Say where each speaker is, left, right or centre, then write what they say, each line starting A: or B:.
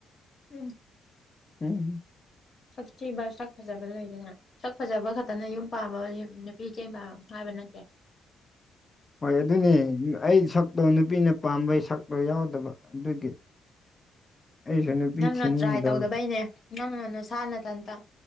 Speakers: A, on the left; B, on the left.
A: ꯎꯝ
B: ꯎꯝ
A: ꯁꯛꯊꯤ ꯆꯥꯛ ꯐꯖꯕ ꯂꯩꯗꯅ ꯁꯛ ꯐꯖꯕ ꯈꯛꯇꯅ ꯌꯨꯝ ꯄꯥꯕ ꯅꯨꯄꯤ ꯆꯦꯟ ꯄ ꯍꯥꯏꯕ ꯅꯠꯇꯦ
B: ꯍꯣꯏ ꯑꯗꯨꯅꯦ ꯑꯩ ꯁꯛꯇꯣ ꯅꯨꯄꯤꯅ ꯄꯥꯝꯕꯩ ꯁꯛꯇꯣ ꯌꯥꯎꯗꯕ ꯑꯗꯨꯒꯤ ꯑꯩꯁꯨ ꯅꯨꯄꯤ
A: ꯅꯪꯅ
B: ꯊꯤꯅꯤꯡꯗꯕ
A: ꯇ꯭ꯔꯥꯏ ꯇꯧꯗꯕꯩꯅꯦ ꯅꯪꯅ ꯅꯁꯥꯅ ꯇꯟꯇ